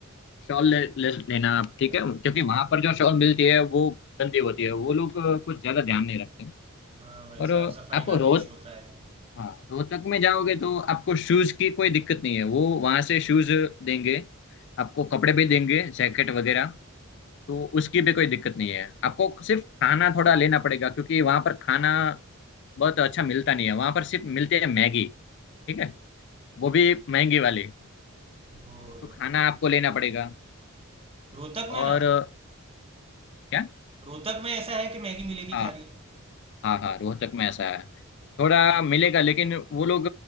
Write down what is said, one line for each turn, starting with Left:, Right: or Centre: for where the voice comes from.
Left: शॉल ले, ले, लेना आप ठीक
Right: हाँ
Left: है क्योंकि वहां पर जो शॉल मिलती है वो गंदी होती है वो लोग अ, कुछ ज्यादा ध्यान नहीं रखते
Right: हाँ भाई
Left: और
Right: साफ
Left: अ,
Right: सफाई
Left: आपको
Right: का
Left: रोहत
Right: तो इशू होता है
Left: हाँ रोहतक में जाओगे तो आपको शूज की कोई दिक्कत नहीं है वो वहां से शूज देंगे आपको कपड़े भी देंगे जैकेट वगैरह तो उसकी भी कोई दिक्कत नहीं है आपको सिर्फ खाना थोड़ा लेना पड़ेगा क्योंकि वहां पर खाना बहुत अच्छा मिलता नहीं है वहां पर सिर्फ मिलते हैं मैगी ठीक है वो भी महंगी वाली
Right: बोलो
Left: तो खाना आपको लेना पड़ेगा
Right: रोहतक
Left: और
Right: में ना
Left: क्या
Right: रोहतक में ऐसा है कि मैगी मिलेगी
Left: हाँ
Right: खाली
Left: हाँ हाँ रोहतक में ऐसा है थोड़ा मिलेगा लेकिन वो लोग